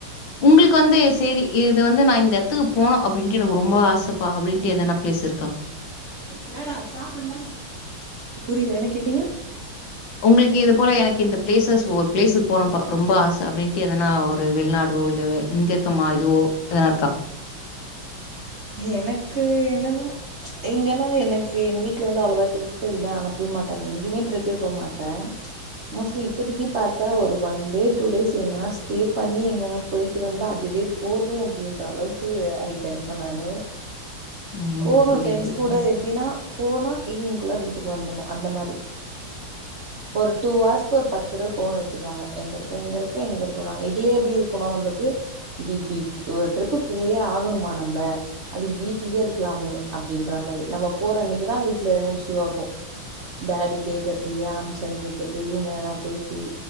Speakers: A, on the left (about 70°); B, on the right (about 55°).
A: உங்களுக்கு வந்து சேரி இது வந்து நா இந்த எடத்துக்கு போனோ அப்டின்ட்டு எனக்கு ரொம்ப ஆசப்பா அப்டின்ட்டு எதென்னா பிளேஸ் இருக்கா
B: மேடோ சாப்டல்லா புரியல என்ன கேட்டீங்க
A: ஒங்களுக்கு இது போல எனக் இந்த பிளேசஸ் ஒரு பிளேஸ் போனும்ப்பா ரொம்ப ஆச அப்டின்ட்டு எதனா ஒரு வெளிநாடோ இல்ல இங்க இருக்கமா எதோ எதனா இருக்கா
B: எனக்கு என்னன்னா எங்கனா எனக்கு எங்க வீட்ல வந்து அவ்ளவா ட்ரிப்ஸ் எதுவுமே அனுப்பவே மாட்டாங்க எங்கயுமே ட்ரிப்பே போக மாட்டே மோஸ்ட்லி இப்பதக்கி பாத்தா ஒரு ஒன் டே டூ டேஸ் எங்கனா ஸ்டே பண்ணி எங்கனா போயிட்டு வந்தா அதுவே போது அப்டின்ற அளவுக்கு ஆயிட்ட இப்ப நானு
A: ம்.
B: போவ
A: புரியுது,
B: ஃப்ரெண்ட்ஸ் கூட
A: புரியுது.
B: அது எப்டினா போனா ஈவ்னிங்குள்ள வீ ட்டுக்கு வந்துண்ணோ அந்த மாரி ஒரு டூ ஆர்ஸ்க்கு ஒரு பத் துதரவ போன் அடுச்சிடுவாங்க எங்க இருக்க-எங்க இருக்க-எங்க இருங்க இதுலே எப்டி இருக்கோணா நம்மளுக்கு இப்டி-இப்டி ஒரு ட்ரிப் போயே ஆகணுமா நா ம அதுக்கு வீட்லியே இருக்கலாமே அப்டின்ற மாரி நம்ம போற அன்னிக்குதா வீட்ல எதனா இஷுவா ஆகு டாடி கேக்குறது யா அம்ச்சன் கேக்குறது இவுங்க எதனா பேசி